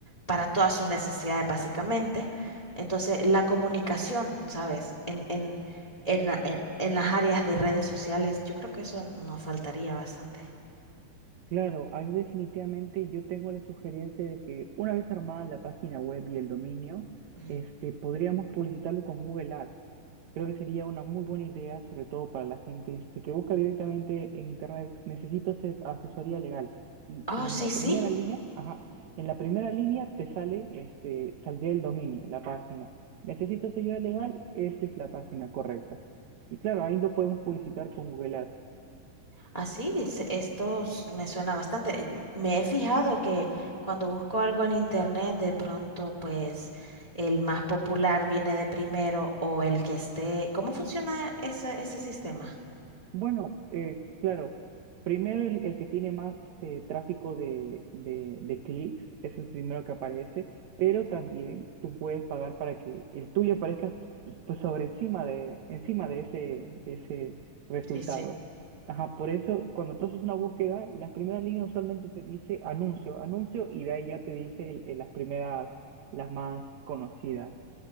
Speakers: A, on the left; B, on the right.
A: para todas sus necesidades, básicamente. Entonces, la comunicación, ¿sabes? En, en, en, la- en- en las áreas de redes sociales. Yo creo que eso nos faltaría bastante.
B: Claro, ahí definitivamente yo tengo la sugerencia de que una vez armada la página web y el dominio,
A: Ujú.
B: este, podríamos publicitarlo con Google Ads. Creo que sería una muy buena idea, sobre todo para la gente este, que busca directamente en Internet, necesito ase- asesoría legal. Y
A: Oh,
B: en
A: sí,
B: la
A: sí.
B: primera línea, ajá, en la primera línea te sale, este, saldría el dominio, la página. Necesitas ayuda legal, esta es la página correcta. Y claro, ahí lo podemos publicitar con Google Ads.
A: Así, es- esto s- me suena bastante. Eh, Me he fijado que cuando busco algo en internet, de pronto, pues el más popular viene de primero o el que esté. ¿Cómo funciona ese, ese sistema?
B: Bueno, eh, claro, primero el, el que tiene más este, tráfico de, de, de clics es el primero que aparece, pero también tú puedes pagar para que el tuyo aparezca pues, sobre encima de, encima de ese, de ese resultado.
A: Sí, sí.
B: Ajá, por eso cuando tú haces una búsqueda, las primeras líneas usualmente te dice anuncio, anuncio y de ahí ya te dice el- el- las primeras, las más conocidas.